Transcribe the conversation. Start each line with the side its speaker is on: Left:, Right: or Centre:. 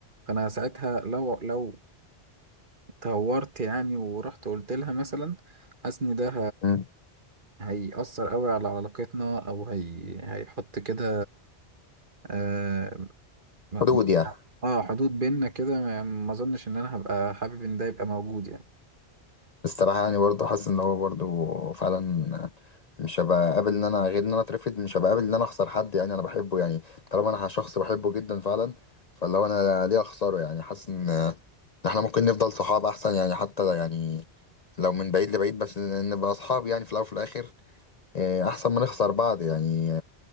Right: فانا ساعتها لو لو تهورت يعني ورحت قلت لها مثلا حاسس ان ده
Left: مم.
Right: هيأثر قوي على علاقتنا او هي هيحط كده اه م-
Left: حدود يعني
Right: آه، حدود بيننا كده ما ما اظنش ان انا هبقى حابب ان ده يبقى موجود يعني
Left: الصراحة يعني برضه حاسس ان هو برضه فعلا مش هبقى قابل ان انا غير ان انا اترفض مش هبقى قابل ان انا اخسر حد يعني انا بحبه يعني طالما انا شخص بحبه جدا فعلا فاللي هو انا ليه اخسره يعني حاسس ان احنا ممكن نفضل صحاب احسن يعني حتى يعني لو من بعيد لبعيد بس نبقى اصحاب يعني في الاول وفي الاخر آه، احسن ما نخسر بعض يعني